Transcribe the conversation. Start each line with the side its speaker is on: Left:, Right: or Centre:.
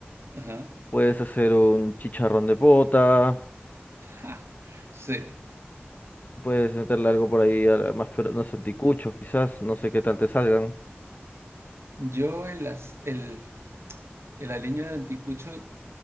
Right: Ajá.
Left: puedes hacer un chicharrón de pota,
Right: Ja. Sí.
Left: Puedes meterle algo por ahí, a la- más pero no sé, anticuchos quizás, no sé qué tal te salgan.
Right: Yo el, el, el aliño de anticucho,